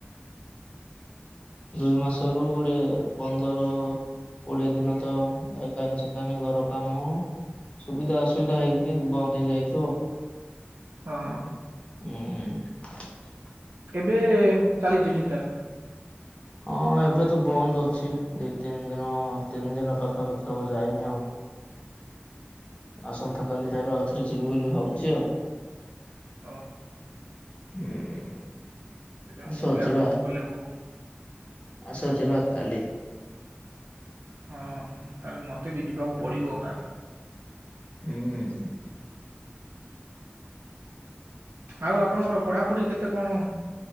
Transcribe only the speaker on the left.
ଦୁଇ ମାସରୁ ଗୋଟେ ପନ୍ଦର କୋଡିଏ ଦିନ ତ ଏକ୍ ଏକାନି ସେକାନି ଘର କାମ ସୁବିଧା ଅସୁବିଧା ହେଇକି ବନ୍ଦ ହେଇଯାଇଥିବ।
ଉଁ।
ହଁ ଏବେ ତ ବନ୍ଦ ଅଛି ଦି ତିନି ଦିନ ତିନି ଦିନ ପାଖାପାଖି ହବ ଯାଇନି ଆଉ। ଆସନ୍ତାକାାଲି କାଲି ଠାରୁ ଆଉ ଥରେ ଯିବି ବୋଲି ଭାବୁଚି ଆଉ।
ହୁଁ
ଆସ
ଯିବା
ଆସ ଯିବା କାଲି।
ହୁଁ।